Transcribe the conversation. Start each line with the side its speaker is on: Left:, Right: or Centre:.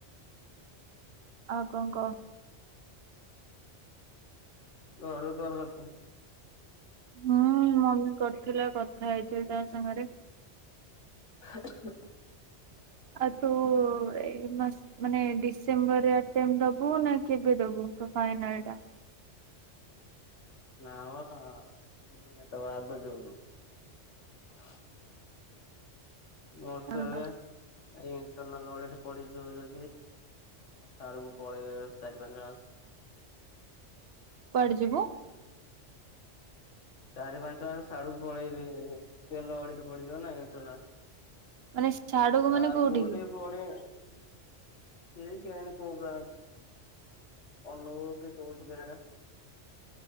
Right: ଆଉ କଣ କହ
Left: <unintelligible>
Right: ହୁଁ ମମି କରିଥିଲା କଥା ହେଇଥିଲି ତା ସାଙ୍ଗରେ।
Left: <inaudible>
Right: ଆଉ ତୁ ଏ ମା ମାନେ ଡିସେମ୍ବର <unintelligible> ଦବୁ ନା କେବେ ଦବୁ ଫାଇନା ଟା।
Left: <unintelligible> ମୋର ତ
Right: ଅହୋ
Left: ଏବେ ଇଣ୍ଟରନାଲ <unintelligible> ପଳେଇବେ ଚାରି ପାଞ୍ଚ ମାସ।
Right: କୁଆଡେ ଯିବୁ
Left: ଚାରି ପାଞ୍ଚ ମାସ <unintelligible> ପଳେଇବି <unintelligible> ପଡିଯିବ ନା ଇଣ୍ଟର୍ଣାଲ।
Right: ମାନେ ସାଡକୁ ମାନେ
Left: ଆ
Right: କୋଉଠିକି?
Left: <unintelligible> ଠିକ ହେଇନି କୋଉ ବ୍ରାଞ୍ଚ ଅନୁଗୁଳ କି <unintelligible>